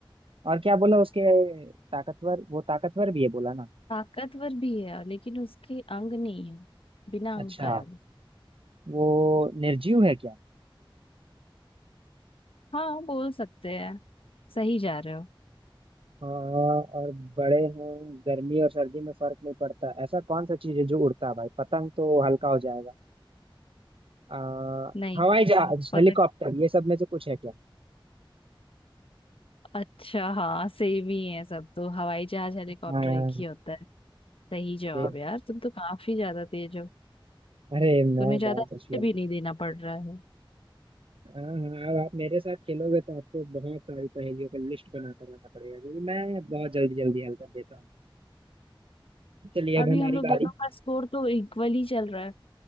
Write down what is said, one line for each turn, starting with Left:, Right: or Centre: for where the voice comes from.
Right: और क्या बोला उसके ताकतवर वो ताकतवर भी है बोला ना
Left: ताकतवर भी है लेकिन उसके अंग नहीं है बिना
Right: अच्छा
Left: अंग का है वो
Right: वो निर्जीव है क्या
Left: हाँ बोल सकते हैं सही जा रहे हो
Right: हाँ और बड़े हैं गर्मी और सर्दी में फर्क नहीं पड़ता ऐसा कौन सा चीज है जो उड़ता है भाई पतंग तो हल्का हो जाएगा आ,
Left: नहीं
Right: हवाई जहाज
Left: पता
Right: हेलीकॉप्टर ये सब में से कुछ है क्या
Left: अच्छा हाँ सेम ही है सब तो हवाई जहाज हेलीकॉप्टर
Right: हाँ
Left: एक ही होता है सही जवाब
Right: देख
Left: यार तुम तो काफी ज्यादा तेज हो
Right: अरे मैं
Left: तुम्हें ज्यादा
Right: बहुत
Left: हिंट
Right: होशियार
Left: भी
Right: हूँ
Left: नहीं देना पड़ रहा है
Right: हाँ हाँ अब आप मेरे साथ खेलोगे तो आपको बहुत सारी पहेलियों का लिस्ट बनाकर लाना पड़ेगा क्योंकि मैं बहुत जल्दी जल्दी हल कर देता हूँ चलिए अब
Left: अभी
Right: हमारी
Left: हम लोग दोनों
Right: बारी
Left: का स्कोर तो इक्वल ही चल रहा है